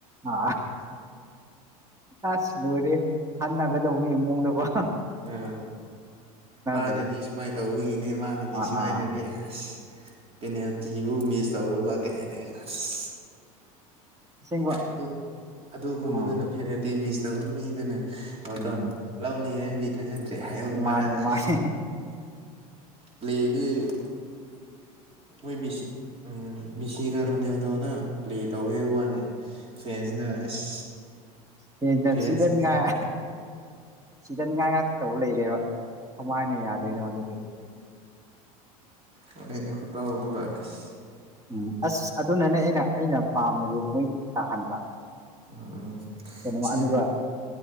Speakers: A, on the right (about 15°); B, on the right (about 30°).
A: ꯑ ꯑꯁ ꯂꯣꯏꯔꯦ ꯍꯟꯅꯒꯗꯧꯅꯤ ꯃꯑꯣꯡꯗꯒꯣ
B: ꯑ ꯃꯥꯅꯗꯤ
A: ꯂꯩ
B: ꯁꯨꯃꯥꯏ ꯇꯧꯕꯒꯤꯅꯦ ꯃꯥꯅꯗꯤ
A: ꯑꯥ
B: ꯁꯨꯃꯥꯏꯅꯅꯦ
A: ꯑꯥ
B: ꯑꯁ ꯄꯦꯅꯥꯜꯇꯤꯕꯨ ꯃꯤꯁ ꯇꯧꯔꯨꯕ ꯀꯩꯅꯦ ꯑꯁ
A: ꯑꯁꯦꯡꯕ
B: ꯑꯗꯨ ꯑꯗꯨꯒꯨꯝꯕꯗꯨꯅ
A: ꯑꯥ
B: ꯐꯦꯅꯗꯤ ꯃꯤꯁ ꯇꯧꯕ ꯃꯤꯗꯨꯅ ꯋꯥꯔꯜ
A: ꯎꯝ
B: ꯀꯞ ꯂꯧꯅꯤ ꯍꯥꯏꯕꯗꯤ ꯊꯥꯖꯗ꯭ꯔꯦ <unintelligible>
A: ꯃꯥꯅꯦ
B: ꯑꯁ
A: ꯃꯥꯅꯦ
B: ꯄ꯭ꯂꯦꯗꯤ ꯃꯣꯏ ꯃꯤꯁꯤ ꯎꯝ ꯃꯤꯁꯤꯒ ꯔꯣꯅꯥꯜꯗꯣꯅ ꯄ꯭ꯂꯦ ꯇꯧꯋꯦ ꯍꯥꯏꯕ ꯋꯥꯅꯤ ꯐꯦꯟꯁꯅ ꯑꯁ
A: ꯏꯁꯄꯦꯟꯅ
B: ꯐꯦꯟꯁ
A: ꯁꯤꯗꯅꯤꯡꯉꯥꯏ ꯁꯤꯗꯅꯤꯡꯉꯥꯏ ꯉꯥꯛꯇ ꯇꯧꯔ ꯂꯩꯔꯦꯕ ꯀꯃꯥꯏꯅ ꯌꯥꯗꯣꯏꯅꯣ ꯑꯗꯨꯗꯤ
B: ꯍꯣꯏꯅꯦ ꯈꯨꯠꯇꯧꯗꯨꯒ ꯑꯁ
A: ꯎꯝ ꯑꯁ ꯑꯗꯨꯅꯅꯦ ꯑꯩꯅ ꯑꯩꯅ ꯄꯥꯝꯕꯁꯦ ꯃꯣꯏꯗꯤ ꯇꯥꯍꯟꯕ
B: ꯎꯝ
A: ꯀꯩꯅꯣ
B: ꯁꯤ
A: ꯑꯗꯨꯒ